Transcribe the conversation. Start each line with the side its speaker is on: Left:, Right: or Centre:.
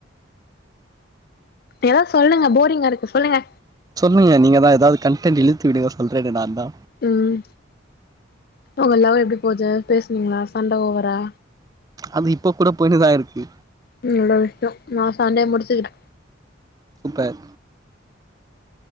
Left: எதாவ் சொல்லுங்க போரிங்கா இருக்கு சொல்லுங்க
Right: சொன்னுங்க நீங்கதா எதாவ் கண்டடெட் இழுத்து விடுங்க சொல்றேன்னு நான் தா
Left: ம் உங்க லவ் எப்டி போது பேசுனீங்களா சண்ட ஓவரா
Right: அது இப்ப கூட போய்னுதா இருக்கு
Left: ம் நல்ல விஷ்யோ நா சண்டைய முடிச்சிக்கிற
Right: சூப்பர்